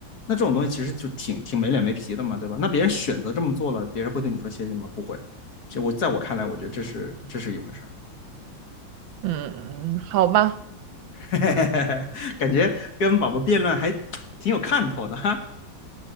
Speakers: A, on the left; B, on the right.
A: 那这种东西其实就挺挺没脸没皮的嘛，对吧？那别人选择这么做了，别人会对你说谢谢吗？不会。这我在我看来，我觉得这是这是一回事儿，
B: 嗯，好吧，
A: <laughs> 感觉跟宝宝辩论还挺有看头的哈。